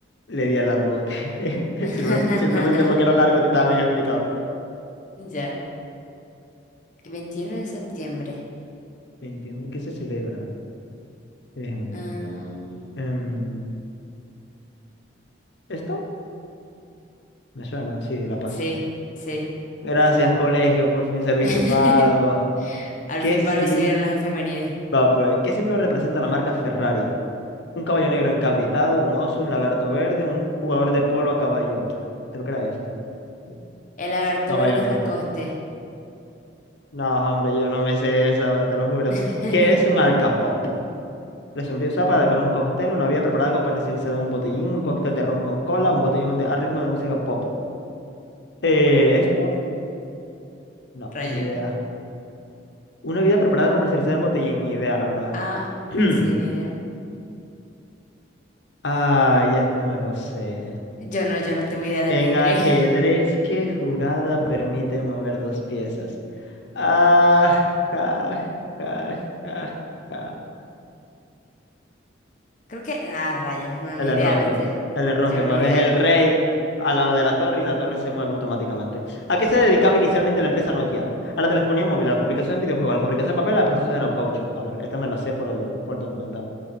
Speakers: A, on the left; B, on the left.
A: Le di al largote. <laughs>
B: <laughs>
A: Simple- Simplemente porque era largote y estaba bien explicado.
B: Ya. veintiuno de septiembre.
A: ¿Entienden qué se celebra? Em,
B: Mm,
A: em, ¿esto? Me suena, sí, La Paz.
B: sí, sí.
A: Gracias, colegio, por fin serviste
B: <laughs>
A: para algo.
B: Al
A: ¿Qué
B: fin
A: sim-
B: palo se dieron las efemérides.
A: va, pues, ¿qué símbolo representa la marca Ferrari? Un caballo negro encabritado, un oso, un lagarto verde, un jugador de polo a caballo. Creo que era esto. Sí,
B: El lagarto
A: Caballo
B: verde
A: negro.
B: es la coste.
A: No, hombre, yo no me sé esa, te lo juro.
B: <laughs>
A: ¿Qué es un alcapop? La sombrilla usada para decorar un cóctel, una bebida preparada con comercializada en un botellín, un cóctel de ron con cola, un botellín de, a ritmo de música pop. Eh, ¿esto? No,
B: rayo
A: ni idea. Una bebida preparada comercializada en botellín, ni idea, la verdad.
B: Ah,
A: <clears throat>
B: mm, sí, ni idea.
A: Ah, ya esto me lo sé.
B: Yo no, yo no tengo idea del
A: En
B: ajedrez.
A: ajedrez,
B: <laughs>
A: ¿qué jugada permite mover dos piezas? Ah, ja, ja, ja, ja.
B: Creo que. Ah, rayos. No,
A: El
B: ni
A: enrosque.
B: idea, ¿viste?
A: El enrosque.
B: Yo
A: Mueves
B: no idea.
A: el rey al lado de la torre y la torre se mueve automáticamente. ¿A qué se dedicaba inicialmente la empresa Nokia? A la telefonía móvil, a la fabricación de videojuegos, a la fabricación de papel, al proceso de caucho. A ver, esta me la sé por el, por el documental.